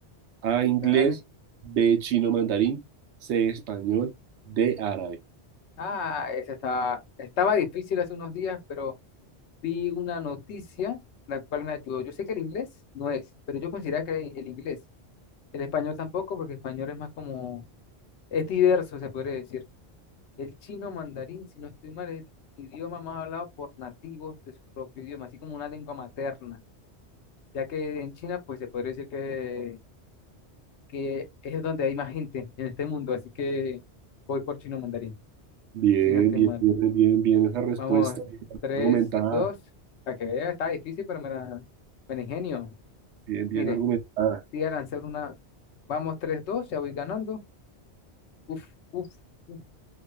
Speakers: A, on the right; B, on the left.
A: A, inglés,
B: Dale.
A: B, chino mandarín, C, español, D, árabe.
B: Ah, esa estaba, estaba difícil hace unos días, pero vi una noticia la cual me ayudó. Yo sé que el inglés no es, pero yo considero que el inglés. El español tampoco, porque el español es más como, es diverso, se podría decir. El chino mandarín, si no estoy mal, es el idioma más hablado por nativos de su propio idioma, así como una lengua materna, ya que en China, pues se podría decir que, que es donde hay más gente en este mundo, así que voy por chino mandarín,
A: Bien,
B: si no estoy
A: bien,
B: mal.
A: bien, bien, bien esa respuesta,
B: Vamos,
A: bien
B: tres
A: argumentada,
B: dos para que vea, está difícil, pero me la, me la ingenio.
A: bien, bien
B: Mire,
A: argumentada.
B: voy a lanzar una, vamos, tres dos ya voy ganando. Uf, uf, uf.